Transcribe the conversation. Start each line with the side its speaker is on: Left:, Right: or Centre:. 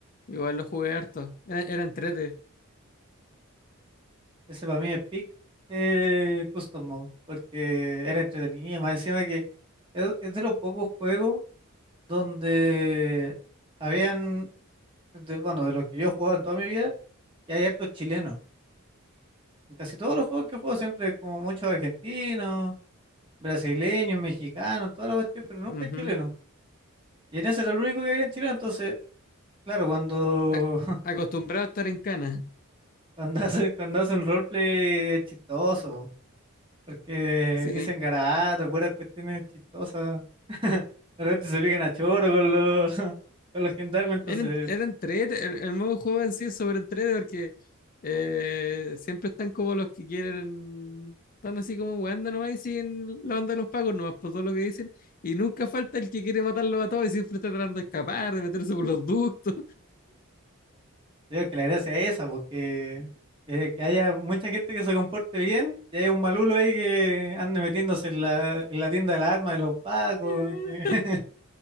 Left: igual lo jugué harto. Era, era entrete.
Right: Ese para mí es peak eh, custom mode, porque era entretenido. Más encima que es, es de los pocos juegos donde habían, de- bueno, de los que yo he jugado en toda mi vida, que hay hartos chilenos. En casi todos los juegos que juego siempre es como muchos argentinos, brasileños, mexicanos, toda la cuestión, pero nunca
Left: Ujú.
Right: es chileno. Y en ese era el único que había en Chile, entonces, claro, cuando,
Left: A-
Right: <laughs>
Left: Acostumbrado a estar en cana.
Right: cuando hacen, cuando hacen roleplay es chistoso, porque
Left: Sí.
Right: dicen garabatos, puras cuestiones chistosas. <laughs> De repente se pican a choro con los, <laughs> con los gendarmes, entonces,
Left: Era, en- era entrete, el, el modo de juego en sí es sobre entrete porque eh, siempre están como los que quieren, están así como weando nomás y siguen la onda de los pagos nomás por todo lo que dicen. Y nunca falta el que quiere matarlos a todos y siempre está tratando de escapar, de meterse por los ductos.
Right: Creo que la gracia es esa, porque eh, que haya mucha gente que se comporte bien y haya un malulo ahí que ande metiéndose en la, en la tienda de las armas de los pacos.
Left: <laughs>
Right: que- <laughs>